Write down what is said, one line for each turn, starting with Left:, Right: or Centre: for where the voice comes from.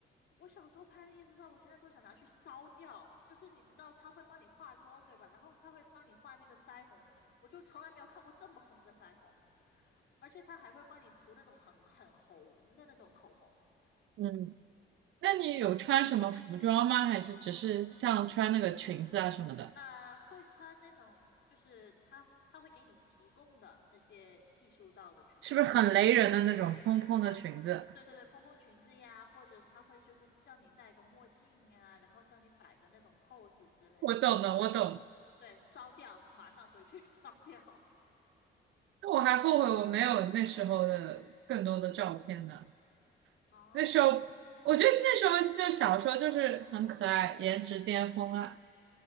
Left: 我小时候拍的艺术照，我现在都想拿去烧掉。就是你知道他会帮你化妆，对吧？然后他会帮你画那个腮红，我就从来没有看过这么红的腮红，而且他还会帮你涂那种很很红的那种口红，
Right: 嗯。那你有穿什么服装吗？还是只是像穿那个裙子啊什么的？
Left: 呃，会穿那种就是他他会给你提供的那些艺术照的裙子
Right: 是不是很雷人的那种蓬蓬的裙子？
Left: 啊，对对对，蓬蓬裙子呀，或者是他会就是叫你戴个墨镜呀，然后叫你摆个那种 pose 之类的那种。
Right: 我懂的，我懂的。
Left: 对，烧掉，马上回去 <laughs> 烧掉。
Right: 那我还后悔我没有那时候的更多的照片呢。
Left: 哦，
Right: 那时候，我觉得那时候就小时候就是很可爱，颜值巅峰啊！